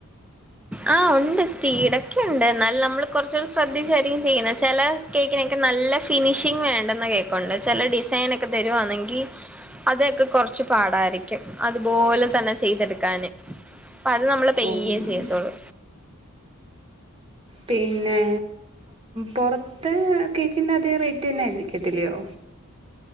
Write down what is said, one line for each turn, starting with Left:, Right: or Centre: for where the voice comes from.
Centre: ആഹ് ഉണ്ട് സ്പീഡൊക്കെ ഉണ്ട് എന്നൽ നമ്മൾ കുറച്ചു കൂടി ശ്രദ്ധിച്ചായിരിക്കും ചെയ്ങ്ങനെ ചെല കേക്കിനൊക്കെ നല്ലാ ഫിനിഷിങ് വേണ്ടാന്ന കേക്ക് ഇണ്ട് ചെല ഡിസൈനൊക്കെ തെരുവാന്നാങ്കി അതൊക്കെ കൊറച്ചു പാടാരിക്കും അത് പോലെ തന്നെ ചെയ്തെട്ക്കാന് അപ്പേ അത് നമ്മള് പയ്യേ
Right: ഉം,
Centre: ചെയ്യത്തോളൂ
Right: പിന്നെ പൊറത്ത് കേക്കിൻ്റെ അതേ റേറ്റ് തന്നെ ആരിക്കത്തില്ല്യയോ